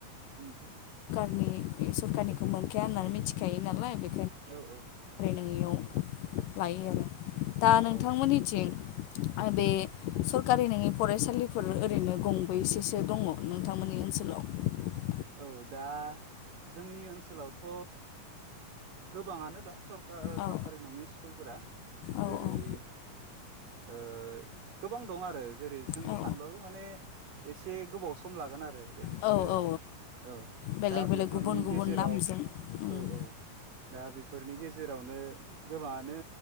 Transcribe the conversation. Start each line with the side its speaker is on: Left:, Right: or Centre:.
Right: उम उम।
Left: सरखारनिखौ मोनखाया होननानै मिथिखायो नालाय बे
Right: औ औ।
Left: लायो आरो दा नोंथांमोननिथिं?
Right: औ
Left: आरो बे सरखारि नङि फरायसालिफोर ओरैनो गंबैसेसो दङ नोंथांमोननि ओनसोलाव? सोलाव?
Right: औ दा जोंनि ओनसोलावथ' गोबाङानो दं सरकार
Left: औ
Right: सरकारि नङि स्कुलफोरा
Left: औ
Right: जेरै
Left: औ
Right: ओ गोबां दं आरो जेरै जों
Left: औ
Right: सानबाबो माने एसे गोबाव सम लागोन आरो बेनिखायनो
Left: औ औ
Right: औ
Left: बेलेग
Right: दा
Left: बेलेग
Right: बेफोरनि
Left: गुबुन गुबुन
Right: गेजेराव
Left: नामजों उम
Right: औ औ दा बेफोरनि गेजेरावनो गोबाङानो